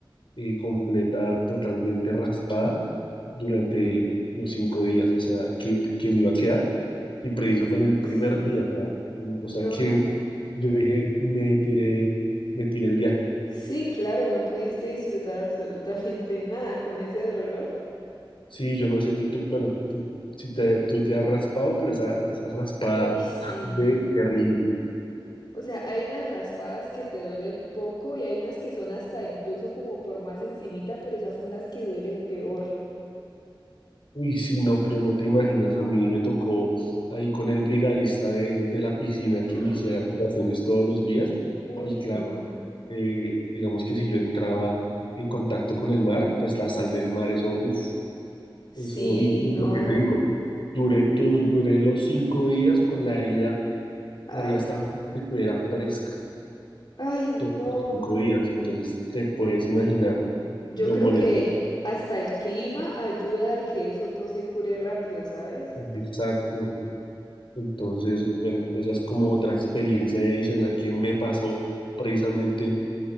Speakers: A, on the left; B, on the left.
A: eh, completa, totalmente raspada durante los cinco días, o sea, que, que me iba a quedar, y preciso fue en el primer
B: Sí.
A: día, o sea, mm, o
B: No.
A: sea, que yo dije, me tiré, me tiré el viaje.
B: Sí, claro, no pudiste disfrutar absolutamente nada con ese dolor.
A: Sí, yo no sé si tú, bueno, si, si te, tú te has raspado, pero esa, esa raspada
B: Uy, sí.
A: arde terrible.
B: O sea, hay unas raspadas que te duelen poco y hay unas que son hasta incluso como por más encimita, pero esas son las que duelen peor.
A: Uy, sí, no, pero no te imaginas, a mí me tocó ahí con el brigadista de, de la piscina
B: <gasps>
A: que
B: ¡Ah!
A: me hiciera curaciones todos los días.
B: Uy,
A: Y claro,
B: no.
A: eh, digamos que si yo entraba en contacto con el mar, pues la sal del mar, eso, uff, eso,
B: Sí,
A: y y
B: no.
A: lo que te digo, duré, to- duré los cinco días con la herida,
B: Ay,
A: la herida estaba, como si estuviera fresca.
B: ay, no.
A: todos los cinco días, entonces te puedes imaginar
B: Yo
A: lo
B: creo
A: molesto.
B: que hasta el clima ayuda a que eso no se cure rápido, ¿sabes?
A: Exacto. Entonces, bueno, esa es como otra experiencia ahí adicional que me pasó precisamente